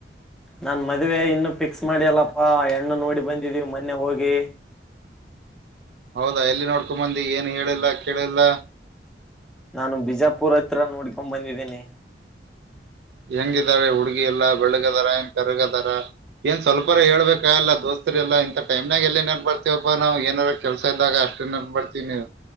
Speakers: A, in the centre; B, on the right.
A: ನಾನ್ ಮದ್ವೆ ಇನ್ನು ಫಿಕ್ಸ್ ಮಾಡಿಯಲ್ಲಪ್ಪಾ ಹೆಣ್ಣು ನೋಡಿ ಬಂದಿದೀವಿ ಮೊನ್ನೆ ಹೋಗಿ
B: ಹೌದಾ ಎಲ್ಲಿ ನೋಡ್ಕೊ ಬಂದಿ ಏನು ಹೇಳಿಲ್ಲ ಕೇಳಿಲ್ಲ
A: ನಾನು ಬಿಜಾಪುರ ಹತ್ರ ನೋಡ್ಕೊಂಡ್ ಬಂದಿದ್ದೇನೆ
B: ಹೆಂಗಿದಾರೆ ಹುಡ್ಗಿ ಎಲ್ಲ ಬೆಳಗದಾರ ಹೆಂಗ ಕರಗದಾರ ಏನ್ ಸ್ವಲ್ಪರ ಹೇಳ್ಬೇಕ ಎಲ್ಲ ದೋಸ್ತರೆ ಎಲ್ಲ ಇಂ ಟೈಮ್ನಾಗ ಎಲ್ಲಿ ನೆನ್ ಬರ್ತತಿವಪ್ಪಾ ನಾವು ಏನಾರ ಕೆಲ್ಸ ಇದ್ದಾಗಅಷ್ಟೇ ನೆನಪು ಬರ್ತೀವಿ ನೀವು